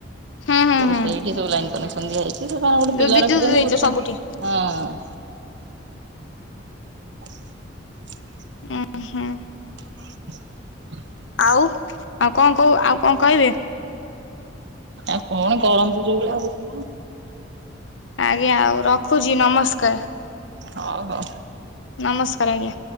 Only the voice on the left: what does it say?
ହୁଁ ହୁଁ ହୁଁ
ଯୋଉ
ବିଦ୍ୟୁତ
ଦେଇଛ
ସବୁଠି।
ଏ ହଁ।
ଆଉ କଣ କହୁ ଆଉ କଣ କହିବେ?
ଆଜ୍ଞା ଆଉ ରଖୁଛି ନମସ୍କାର।
ନମସ୍କାର ଆଜ୍ଞା।